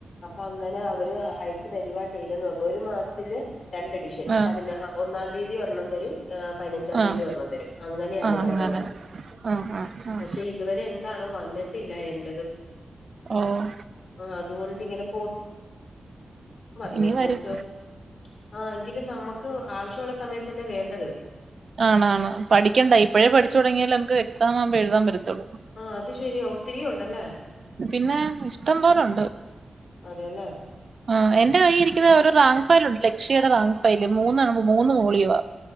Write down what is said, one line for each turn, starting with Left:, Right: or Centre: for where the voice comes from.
Left: അപ്പൊ അങ്ങനെ അവര് അയച്ചു തരുവാ ചെ ചെയ്ത് ന്ന് പറഞ്ഞു ഒരു മാസ്ത്തിൽ രണ്ട്ഡിഷൻ അപ്പതിന്
Right: ആഹ്
Left: അ ഒന്നാം തീയതി ഒരെണ്ണം തരും ആഹ് പയ്നഞ്ചാം തീയതി
Right: ആഹ്
Left: ഒരണ്ണം തരും അങ്ങനെയാന്ന്
Right: ആഹ്
Left: രണ്ടെണ്ണം.
Right: അങ്ങനെ ആഹ് ആഹ് ആഹ്
Left: പക്ഷെ ഇ ഇതുവരെ എന്താണോ വന്നിട്ടില്ല എന്റത്
Right: ഓഹ്
Left: ആഹ് അതുകൊണ്ടിങ്ങനെ പോസ് പറഞ്ഞു
Right: ഇനി
Left: പോസ്റ്റ്
Right: വരും
Left: ഒ ആഹ് എങ്കിലും നമ്മക്ക് ആവശ്യള്ള സമയത്തല്ലേ വേണ്ടത്
Right: ആണാണ് പഠിക്കേണ്ട ഇപ്പഴേ പഠിച്ചുടങ്ങിയല് നമ്ക്ക് എക്സാം ആവുമ്പോ എഴുതാൻ പറ്റത്ത്‌ള്ളൂ
Left: ആഹ് അത് ശരിയാ ഒത്തിരി ഉണ്ടല്ലേ.
Right: പിന്നെ ഇഷ്ടം പോലുണ്ട്
Left: അതെല്ലേ
Right: ആഹ് എന്റെ കയ്യിരിക്കുന്നോരു റാങ്ക് ഫയലുണ്ട് ലക്ഷിയ്ടെ റാങ്ക് ഫയല് മൂന്നാണുമ്പോ മൂന്ന് മോളിയോ